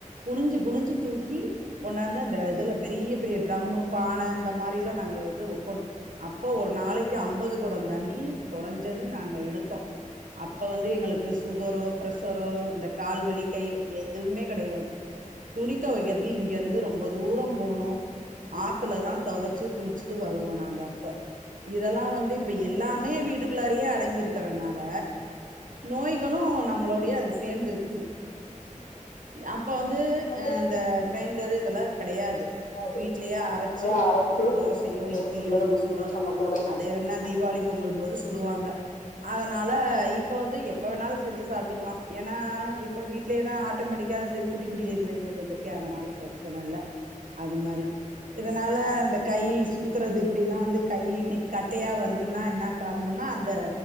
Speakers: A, on the right; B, on the left.
A: குனிஞ்சு குனிஞ்சு தூக்கி கொண்டாந்து அந்த இதுல பெரிய பெரிய ட்ரம்மு பான இந்த மாரிலா நாங்க வந்து ரொப்பணு அப்போ ஒரு நாளைக்கு அம்பது கொடோ தண்ணி கொறஞ்சது நாங்க எடுத்தோ அப்ப வந்து எங்களுக்கு சுகரோ பிர்ஷரோ இந்த கால்வலி கைவலி எதுமே கெடயாது துணி தொவைக்கிறக்கு இங்க இருந்து ரொம்ப தூரோ போணு ஆத்துல தா தொவச்சு குளிச்சுட்டு வருவோ நாங்க அப்ப இதெலா வந்து இப்ப எல்லாமே வீட்டுக்குள்ளாரயே அடங்கியிருக் குறனால நோய்களு நம்ளோடையே அது சேந்து இருக்குது அப்ப வந்து
B: வந்து
A: அ இந்த கிரைண்டரு இதெல்லா கெடயாது
B: அது
A: வீட்லயே அரச்சு
B: இப்படியே அரைச்சு
A: தோசையோ
B: தோசையோ
A: இட்லியோ நம்ம
B: இட்லியோ
A: சுடணு
B: நம்ம சுடணும்
A: அது என்ன
B: அது
A: தீபாவளி
B: என்ன
A: பொங்கல்ம்போது சுடுவாங்க அதனால இப்ப வந்து எப்ப வேணாலு செஞ்சு சாப்ட்டுக்லா ஏனா இப்ப வீட்லே தா ஆட்டோமேட்டிக் நிக்காது குட்டி குட்டி கிரைண்டர் வந்திருக்கே அதனால பிரச்சன இல்ல அது மாரி இதனால இந்த கை சுத்துறது இப்டி எல்லா வந்து கை நிக் கட்டையா வருதுன்னா என்ன காரணனா அந்த